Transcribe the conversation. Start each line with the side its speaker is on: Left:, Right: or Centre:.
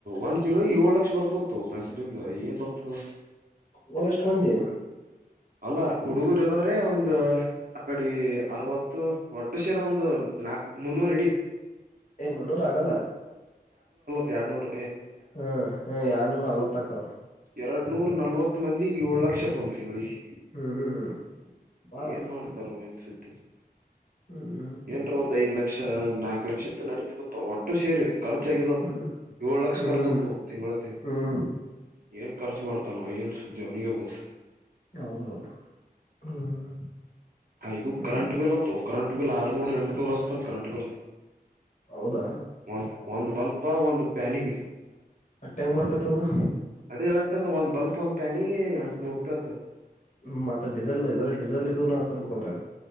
Right: ಒಂತಿಂಗ್ಳಿ ಏಳ್ಲಕ್ಷ ಬರ್ತ್ ತ್ತ್ಂತೋ ಮೆಸ್ಸಬಿಲ್ ಏನ್ ಬರ್ತದ್.
Left: ಊರೆಷ್ಟ್ ಮಂದಿ.
Right: ಅಲ್ಲ್ ಹುಡುಗುರಿರೋರೆ ಒಂದ್ ಅಕಡಿ ಅರವತ್ತು ಒಟ್ಟು ಸೇರ್ ಒಂದು ನಾಕ್ ಮುನ್ನೂರು ಹಿಡಿ.
Left: ಎ ಮುನ್ನೂರ್ ಆಗಲ್ಲ.
Right: ತ್ಯಾಡ್ನೂರು
Left: ಹ್ಮ ಹ್ಮ್ ಯಾರ್ನೂರ್ಲತ್ ಆಕಾವ್.
Right: ಎರಡ್ ನೂರ್ ನಲ್ವತ್ತ್ ಮಂದಿ ಏಳ್ ಲಕ್ಷ ತೊಂತಿವಿಳ್ಗ್
Left: ಹ್ಮ್ ಹ್ಮ್ ಬಾಳತ್ತ
Right: <inaudible> ಏನ್ ಮಾಡ್ತ್ <unintelligible> <inaudible>
Left: ಹ್ಮ್
Right: ಏನ್ರ ಒಂದು ಐದ್ ಲಕ್ ಷ್ ನಾಕ್ ಲಕ್ಷ ಇತ್ ನಡಿತ್ತ್ಪ್ ಷ್ಟು ಸೇರಿ ಖರ್ಚಾಗಿದತ್ತ್
Left: ಹ್ಮ್
Right: ಏಳು ಲಕ್ಷ
Left: ಹ್ಮ್
Right: ಖರ್ಚಾತದ್ ತಿಂಗ್ಳ್ ತಿಂಗ್ಳ್
Left: ಹ್ಮ್
Right: ಏನ್ ಖರ್ಚು ಮಾಡ್ತ್ ತ್ತನೊ ಏನ್ ಸುದ್ದಿ ಅವ್ನಿಗೆಗೊತ್ತ್.
Left: ಹೌದೌದ್ ಹ್ಮ್
Right: ಇದು
Left: ಹ್ಮ್
Right: ಕರೆಂಟ್ ಬಿಲ್ ಅತ್ತು ಕರೆಂಟ್ ಬಿಲ್ ಆರ್ನೂರ್ ಎಂಟನೂರ್ ಹಚ್ಚ್ತನ್ ಕರೆಂಟ್ ಬಿಲ್
Left: ಹೌದಾ
Right: ಒಂದ್ ಒಂ ಬಲ್ಪ್ ಒಂದ್ ಪ್ಯಾನಿಗೆ
Left: ಅಟ್ಟ ಹೆಂಗ್ ಬರ್ತೈತ್ ಅದು
Right: ಅದೇ ಹೇಳತ್ತಿನ್ ಒಂದ್ ಬಲ್ಪ್ ಒಂದ್ ಪ್ಯಾನಿಗೆ ಎಂಟ್ನೋರು ರೂಪೆ ಆತ.
Left: ಹ್ಮ್ ಮತ್ತ ಡಿಝಲ್ ಇದ್ರ ಡಿಝಲ್ ಇದು ನ ಹಚ್ತಾರ್ರ್ಬೇಕ ಅದ್ರಾಗ.